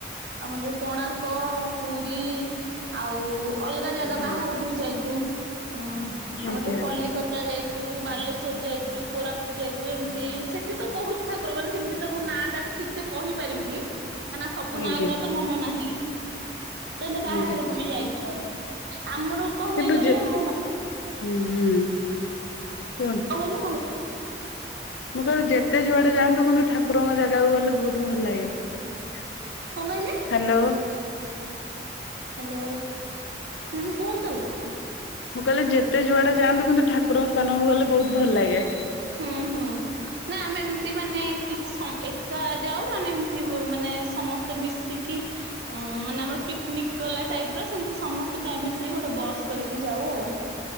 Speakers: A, on the right; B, on the left.
A: ଆମର ଯୋଉ କୋଣାର୍କ, ପୁରୀ, ଆଉ ଅଲଗା ଜାଗା
B: ଆଜ୍ଞା
A: ବାହାରକୁ ବି ଯାଇଛୁ ହୁଁ ଆମର
B: ଆଜ୍ଞା
A: ଯୋଉ କଲିକତା ଯାଇ ଯୋଉ ବାଲେଶ୍ଵର ଯାଇଛୁ, କୋରାପୁଟ ଯାଇଛୁ, ଏମିତି ସେଠି ତ ବହୁତ ଠାକୁର ମାନେ ସେମିତି ତ ମୁୋ ନାଁ ଡାକ ଠିକ ସେ କହିପାରିବିନି କାଁକନା ସବୁ
B: ଆଜ୍ଞା
A: ନାଁ ଗୁଡା ତ ମନ ନାହିଁ। ତମେ ବାହାରକୁ
B: ଆଜ୍ଞା
A: ବି ଯାଇଛୁ ଆମର କଣ
B: କିନ୍ତୁ
A: ହୁଏ କହିଲେ
B: ଯେ
A: ମୁଁ ବା
B: ହୁଁ ହୁଁ କୁହନ୍ତୁ?
A: କଣ କହିଲେ ହଁ
B: ମୁଁ କହିଲି ଯେତେ ଯୁଆଡେ ଯାଆନ୍ତୁ କିନ୍ତୁ ଠାକୁରଙ୍କ ଜାଗାକୁ ଗଲେ ବହୁତ ଭଲ ଲାଗେ। ହ୍ୟାଲୋ।
A: କଣ କହିଲେ ହ୍ୟାଲୋ, ହୁଁ। କୁହନ୍ତୁ।
B: ମୁଁ କହିଲି ଯେତେ ଯୁଆଡେ ଯାଆନ୍ତୁ କିନ୍ତୁ ଠାକୁରଙ୍କ ସ୍ଥାନକୁ ଗଲେ ବହୁତ ଭଲ ଲାଗେ।
A: ହୁଁ ହୁଁ ନା ଆମେ ଏମତି ମାନେ କିଛି ଏକା ଯାଉ ନେ ଏମିତି ମାନେ ସମସ୍ତେ ମିଶିକି ମାନେ ଆମର ପିକନିକ ଗଲା ଟାଇପ ର ସେମତି ସମସ୍ତେ ପୁରା ମିଶିକି ଗୋଟେ ବସ୍ କରିକି ଯାଉ ଆଉ।